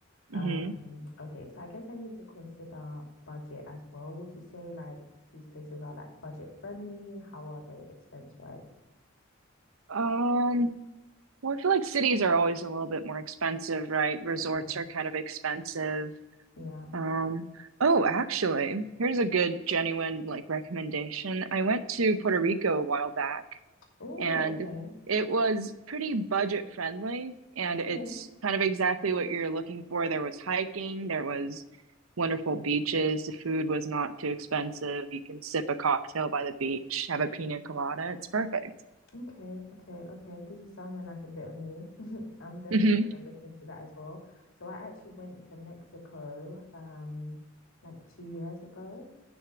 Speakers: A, on the left (about 75°); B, on the right (about 85°).
A: Um,
B: Mm-hmm.
A: okay, so I guess I need to consider budget as well. Would you say like these places are like budget friendly? How are they expense wise?
B: Um, well, I feel like cities are always a little bit more expensive, right? Resorts
A: Yeah.
B: are kind of expensive.
A: Yeah.
B: Um, oh, actually, here's a good, genuine like recommendation. I went to Puerto Rico a while back
A: Oh,
B: and
A: okay.
B: it was pretty budget friendly and
A: Okay.
B: it's kind of exactly what you're looking for. There was hiking, there was wonderful beaches, the food was not too expensive. You can sip a cocktail by the beach, have a pina colada. It's perfect.
A: Okay. Okay. Okay. This is sounding like a bit of me. <laughs> I'm definitely
B: hmm
A: gonna look into that as well. So I actually went to Mexico um like two years ago.